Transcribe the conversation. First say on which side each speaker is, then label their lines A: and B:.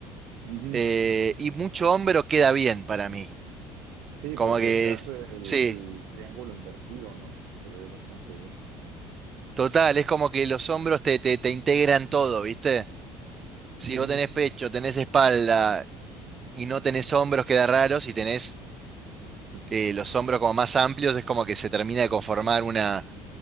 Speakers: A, on the right; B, on the right.
A: Ujú.
B: eh, y mucho hombro queda bien para mí.
A: Sí,
B: Como
A: porque
B: que,
A: te hace
B: es-
A: el,
B: sí,
A: el triángulo invertido, ¿no? Y se ve bastante bien.
B: total, es como que los hombros te, te, te integran todo, ¿viste? Si
A: Ujú.
B: vos tenés pecho, tenés espalda y no tenés hombros, queda raro. Si tenés
A: <laughs>
B: eh, los hombros como más amplios, es como que se termina de conformar una,